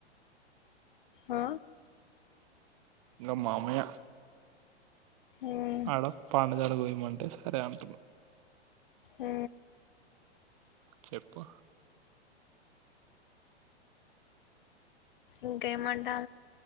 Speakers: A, on the left; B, on the right.
A: ఆ
B: ఇంగ మామయ్య
A: ఉమ్,
B: అడ <unintelligible> పోయి అంటే సరే అంటున్నా
A: ఊ
B: చెప్పు
A: ఇంకేమంటా